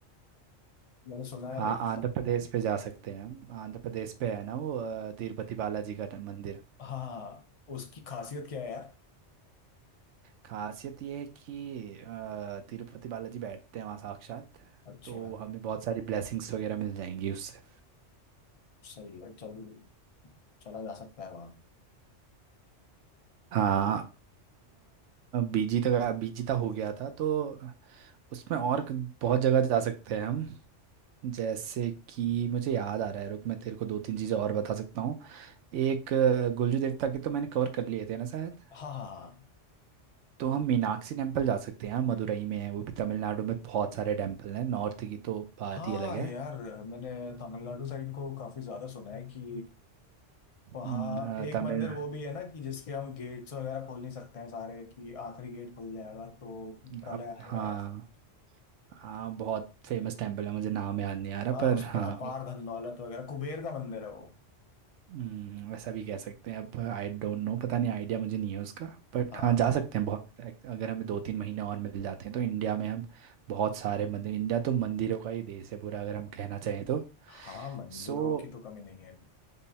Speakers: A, on the left; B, on the right.
A: मैंने सुना है
B: हाँ
A: लाइक
B: आंध्र प्रदेश पे जा सकते हैं हम आंध्र प्रदेश पे है ना वो अ, तिरुपति बालाजी का ट- मंदिर
A: हाँ उसकी खासियत क्या है यार
B: खासियत ये है कि अ, तिरुपति बालाजी बैठते हैं वहाँ साक्षात
A: अच्छा
B: तो हमें बहुत सारी ब्लेसिंग्स वगैरह मिल जाएंगी उससे
A: सही है चल चला जा सकता है वहाँ
B: हाँ बीजी तक बीजी तक हो गया था तो उसमें और क- बहुत जगह जा सकते हैं हम जैसे कि मुझे याद आ रहा है रुक मैं तेरे को दो तीन चीज़ें और बता सकता हूँ एक अ, गुलजू देवता के तो मैंने कवर कर लिए थे ना शायद
A: हाँ हाँ हाँ
B: तो हम मीनाक्षी टेम्पल जा सकते हैं यार मदुरई में है वो भी तमिलनाडु में बहुत सारे टेम्पल हैं नॉर्थ की तो बात
A: हाँ
B: ही अलग है
A: यार मैंने तमिलनाडु साइड को काफी ज्यादा सुना है कि वहाँ
B: हम्म, अ,
A: एक
B: तमिल
A: मंदिर वो भी है ना कि जिसके हम गेट्स वगैरह खोल नहीं सकते हैं सारे कि आखिरी गेट खुल जाएगा तो प्रलय
B: अब
A: आएगा
B: हाँ
A: ऐसा
B: हाँ बहुत फेमस टेम्पल है मुझे नाम याद नहीं आ रहा
A: वहाँ
B: पर
A: उस
B: हाँ
A: पे अपार धन दौलत वगैरह कुबेर का मंदिर है वो
B: हम्म, वैसा भी कह सकते हैं अब आई डोंट नो पता नहीं आइडिया मुझे नहीं है उसका बट
A: हाँ
B: हाँ जा सकते हैं बहुत Like, अगर हमें दो तीन महीने और मिल जाते हैं तो इंडिया में हम बहुत सारे मंदिर इंडिया तो मंदिरों का ही देश है पूरा अगर हम कहना चाहें तो
A: हाँ मंदिरों
B: सो
A: की तो कमी नहीं है